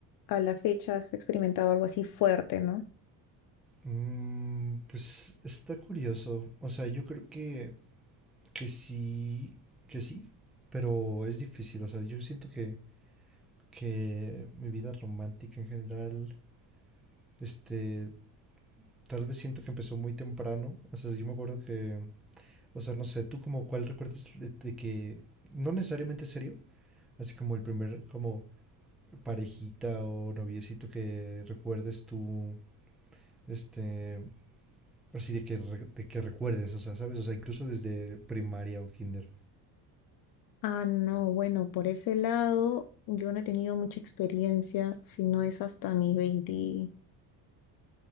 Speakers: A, on the left (about 60°); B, in the centre.
A: a la fecha has experimentado algo así fuerte, ¿no?
B: Mm, pues está curioso, o sea, yo creo que, que sí, que sí, pero es difícil, o sea, yo siento que, que mi vida romántica en general, este, tal vez siento que empezó muy temprano, o sea, yo me acuerdo que, o sea, no sé, tú como cuál recuerdas de, de que, no necesariamente serio, así como el primer, como parejita o noviecito que recuerdes tú, este, así de que, re- de que recuerdes, o sea, ¿sabes? O sea, incluso desde primaria o kinder.
A: Ah, no, bueno, por ese lado yo no he tenido mucha experiencia, si no es hasta mis 20,